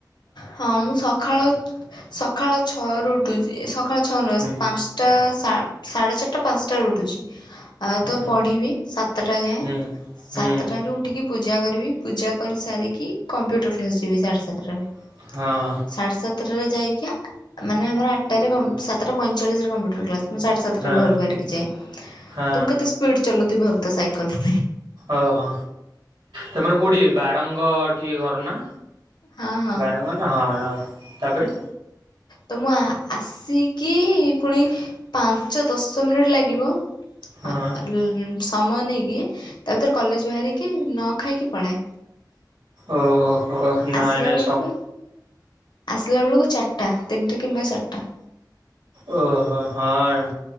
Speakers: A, on the left; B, on the right.
A: ହଁ ମୁଁ ସଖାଳ ଛ ସଖାଳ ଛଅରୁ ଉଠୁଚି ସଖାଳ ଛଅ ନୁହେଁ
B: ହୁଁ
A: ପାନଷ୍ଟା ସା ସାଢେ ଚାରିଟା ପାନଷ୍ଟାରୁ ଉଠୁଚି ଆଉ ତ
B: ହୁଁ
A: ପଢିବି ସାତେଟା ଯାଏଁ।
B: ହୁଁ
A: ସାତଟାରୁ
B: ହୁଁ
A: ଉଠିକି ପୂଜା କରିବି ପୂଜା କରି ସାରିକି କମ୍ପ୍ୟୁଟର କ୍ଲାସ୍ ଯିବି ସାଡେ ସାତଟାରେ।
B: ହଁ।
A: ସାଢ଼େ ସାତଟାରେ ଯାଇକି ମାନେ ଆମର ଆଟାରେ କମ୍ ସାତଟା ପଇଁଚାଳିଶରେ କମ୍ପ୍ୟୁଟର କ୍ଲାସ୍। ମୁଁ ସାଡେ ସାତଟାରୁ
B: ହଁ
A: ଘରୁ ବାହାରିକି ଯାଏ।
B: ହଁ
A: ତ ମୁଁ କେତେ ସ୍ପିଡ ଚଲଉଥିବି ଭାବୁଥା ସାଇକଲ୍।
B: ଓହୋ ତମର କୋଉଠି ବାରଙ୍ଗ ଠି ଘର ନା?
A: ହଁ ହଁ
B: ବାରଙ୍ଗ ନା ହଁ ହଁ। ତାପରେ
A: ତ ମୁଁ ଆ ଆସିକି ପୁଣି ପାଞ୍ଚ ଦଶ ମିନିଟ୍ ଲାଗିବ
B: ହଁ
A: ଆ ଆ ଲ ସମୟ ନେଇକି ତା ଭିତରେ କଲେଜ ବାହାରିକି ନ ଖାଇକି ପଳାଏ।
B: ଓହୋ ହୋ।
A: ଆସିଲା
B: ନାଇଁ ନାଇଁ
A: ବେଳକୁ
B: ସ
A: ଆସିଲା ବେଳୁକୁ ଚାରିଟା ତିନଟା କିମ୍ବା ଚାରଟା।
B: ଓହୋ ହଁ